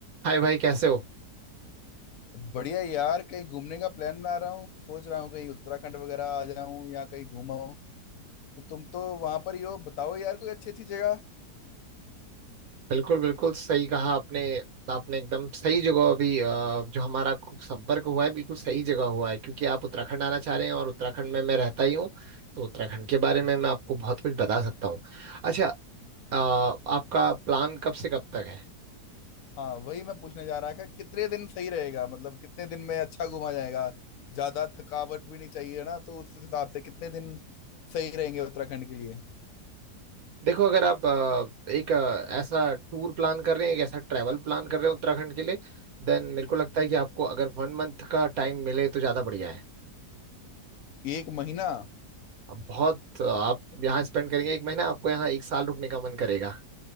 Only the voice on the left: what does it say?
बढ़िया यार कहीं घूमने का प्लान बना रहा हूँ सोच रहा हूँ कहीं उत्तराखंड वगैरह आ जाऊं या कहीं घूमा हूँ तो तुम तो वहां पर ही हो बताओ यार कोई अच्छी अच्छी जगह
हाँ वही मैं पूछने जा रहा था कितने दिन सही रहेगा मतलब कितने दिन में अच्छा घूमा जाएगा ज्यादा थकावट भी नहीं चाहिए ना तो उस हिसाब से कितने दिन सही रहेंगे उत्तराखंड के लिए
एक महीना